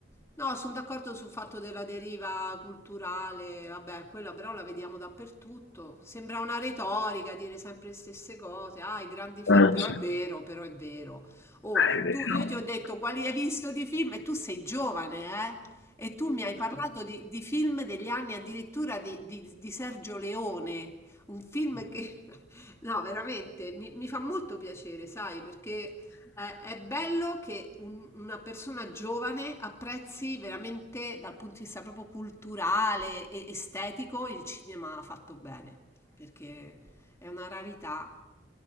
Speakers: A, on the left (about 15°); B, on the left (about 75°).
A: No, sono d'accordo sul fatto della deriva culturale, vabbè, quella però la vediamo dappertutto. Sembra una retorica dire sempre le stesse cose. Ah, i grandi film,
B: Eh,
A: però
B: sì.
A: è vero, però è vero. Oh,
B: È vero.
A: tu, io ti ho detto quali hai visto di film e tu sei giovane, eh? E tu mi hai parlato di, di film degli anni addirittura di, di- di Sergio Leone, un film che... <laughs> No, veramente, mi mi fa molto piacere, sai, perché... Eh, È bello che un- una persona giovane apprezzi veramente dal punto di vista proprio culturale e estetico il cinema fatto bene, perché è una rarità.